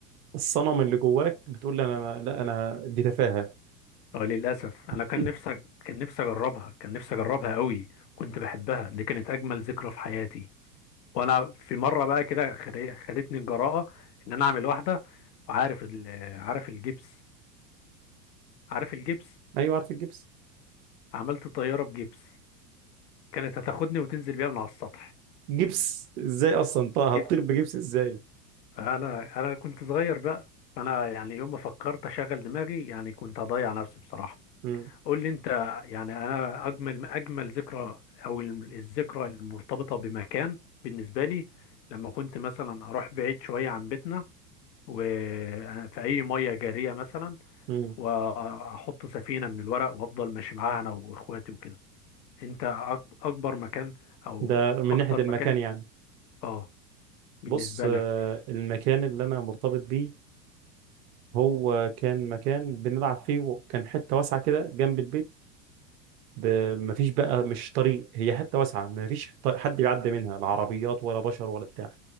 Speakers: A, on the right; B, on the left.
A: الصنم اللي جواك بتقول لي انا ما... لا انا دي تفاهه
B: اه للاسف انا
A: <laughs>
B: كان نفسي كان نفسي اجربها كان نفسي اجربها قوي كنت بحبها دي كانت اجمل ذكرى في حياتي وانا في مره بقى كده خد- خدتني الجراءه ان انا اعمل واحده وعارف ال... عارف الجبس عارف الجبس
A: ايوه عارف الجبس
B: عملت طياره بجبس كانت هتاخدني وتنزل بيها من على السطح
A: جبس ازاي اصلا طه
B: جبس
A: هتطير بجبس ازاي
B: انا انا كنت صغير بقى انا يعني يوم ما فكرت اشغل دماغي يعني كنت هضيع نفسي بصراحه
A: مم.
B: قول لي انت يعني انا اجمل اجمل ذكرى او ال- الذكرى المرتبطه بمكان بالنسبه لي لما كنت مثلا اروح بعيد شويه عن بيتنا وفي اي ميه جاريه مثلا
A: مم.
B: واحط سفينه من الورق وافضل ماشي معاها انا واخواتي وكده انت أك- اكبر مكان او
A: ده من
B: اكتر
A: ناحيه المكان
B: مكان
A: يعني
B: اه بالنسبه
A: بص
B: لك
A: آه، المكان اللي انا مرتبط بيه هو كان مكان بنلعب فيه وكان حته واسعه كده جنب البيت ب- مفيش بقى مش طريق هي حته واسعه مفيش ط- حد بيعدي منها لا عربيات ولا بشر ولا بتاع